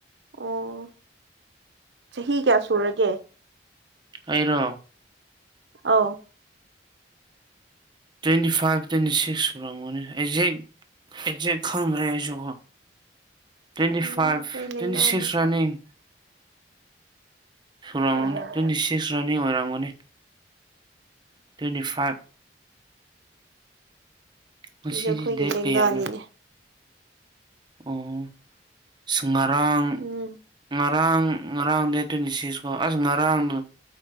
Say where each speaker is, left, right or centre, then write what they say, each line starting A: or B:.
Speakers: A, on the right; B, on the right.
A: ꯑꯣ ꯆꯍꯤ ꯀꯌꯥ ꯁꯨꯔꯒꯦ
B: ꯑꯩꯔꯣ
A: ꯑꯧ
B: ꯇ꯭ꯋꯦꯟꯇꯤ ꯐꯥꯏꯚ ꯇ꯭ꯋꯦꯟꯇꯤ ꯁꯤꯛ ꯁꯨꯔꯝꯃꯅꯤ ꯑꯦꯛꯖꯦꯛ ꯑꯦꯛꯖꯦꯛ ꯈꯪꯗ꯭ꯔꯦ ꯍꯥꯏꯁꯨ ꯇ꯭ꯋꯦꯟꯇꯤ
A: ꯎꯝ
B: ꯐꯥꯏꯚ
A: ꯑꯩꯈꯣꯏ ꯂꯦꯡꯒꯥꯅꯦ
B: ꯇ꯭ꯋꯦꯟꯇꯤ ꯁꯤꯛꯁ ꯔꯅꯤꯡ ꯁꯨꯔꯃꯅꯤ
A: ꯎꯝ
B: ꯇ꯭ꯋꯦꯟꯇꯤ ꯁꯤꯛꯁ ꯔꯅꯤꯡ ꯑꯣꯏꯔꯝꯒꯅꯤ ꯇ꯭ꯋꯦꯟꯇꯤ ꯐꯥꯏꯚ ꯉꯁꯤꯗꯤ
A: ꯑꯗꯨꯗꯤ ꯑꯩꯈꯣꯏꯒꯤ
B: ꯗꯦꯠ
A: ꯂꯦꯡꯒꯥꯅꯤꯅꯦ
B: ꯀꯌꯥꯅꯣ ꯑꯣ ꯁꯨ ꯉꯔꯥꯡ ꯉ
A: ꯎꯝ
B: ꯉꯔꯥꯡ ꯉꯔꯥꯡ ꯗꯦꯠ ꯇ꯭ꯋꯦꯟꯇꯤ ꯁꯤꯛꯁꯀꯣ ꯑꯁ ꯉꯔꯥꯡꯗꯨ